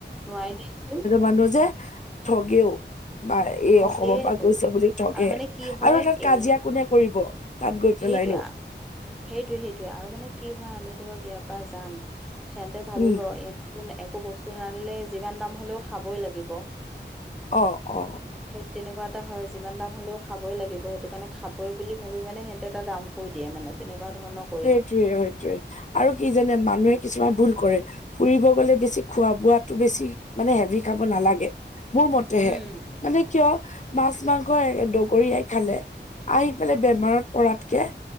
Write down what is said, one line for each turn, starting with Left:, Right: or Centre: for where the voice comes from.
Centre: নোৱাই দিয়কচোন।
Left: বান্ধো যে হে আ আ ঠগেও। বা এই
Centre: ঠগে
Left: অসমৰ পৰা গৈছে বুলি ঠগে
Centre: আৰু মানে কি হয়
Left: আৰু তাত কাজিয়া
Centre: এই
Left: কোনে কৰিব। তাত গৈ পেলাইনো
Centre: সেইটোৱে আহ্ সেইটোৱে সেইটোৱে আৰু মানে কি হয় আমি ধৰক ইয়াৰ পৰা যাম ই আহ্। সিহঁতে ভাবিব
Left: উম
Centre: এক টোন একো বস্তু নানিলে যিমান দাম হ'লেও খাবই লাগিব।
Left: অঁ অ অ অ।
Centre: সেই তেনেকুৱা এটা হয় যিমান দাম হ'লেও খাবই লাগিব সেইটো কাৰণে খাবই বুলি ভাবি মানে সেই এটা দাম কৈ দিয়ে মানে তেনেকুৱা ধৰণক
Left: সেইটোৱে সেইটোৱে আহা আৰু কি জানে মানুহে কিছুমান ভুল কৰে। ফুৰিব গলে বেছি খোৱা-বোৱাটো বেছি মানে হেভি খাব নালাগে মোৰ মতেহে।
Centre: উম
Left: মানে কিয় আ হা হা মাছ-মাংস এ এ ডগৰীয়াই খালে। আহি পেলাই বেমাৰত পৰাতকে